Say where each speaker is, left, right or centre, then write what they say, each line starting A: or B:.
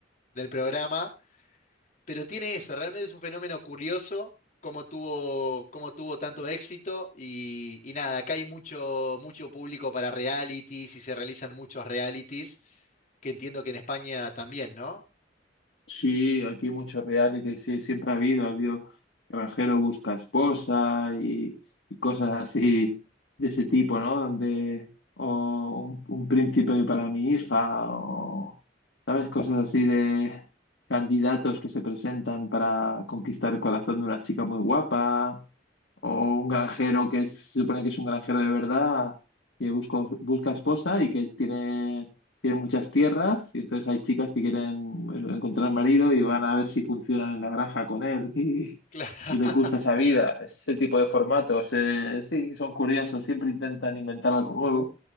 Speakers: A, on the left; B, on the left.
A: del programa, pero tiene eso, realmente es un fenómeno curioso cómo tuvo, cómo tuvo tanto éxito y, y nada, acá hay mucho, mucho público para realities y se realizan muchos realities, que entiendo que en España también, ¿no?
B: Sí, aquí hay muchos reality, sí, siempre ha habido, ha habido Granjero busca esposa y, y cosas así de ese tipo, ¿no? Donde, o un, un príncipe para mi hija, o, ¿sabes? Cosas así de candidatos que se presentan para conquistar el corazón de una chica muy guapa, o un granjero que es- se supone que es un granjero de verdad, que busca, busca esposa y que tiene tienen muchas tierras y entonces hay chicas que quieren eh, encontrar marido y van a ver si funcionan en la granja con él <laughs> y,
A: Claro.
B: y les gusta
A: <laughs>
B: esa vida, ese tipo de formatos. eh, sí, son curiosos, siempre intentan inventar algo nuevo.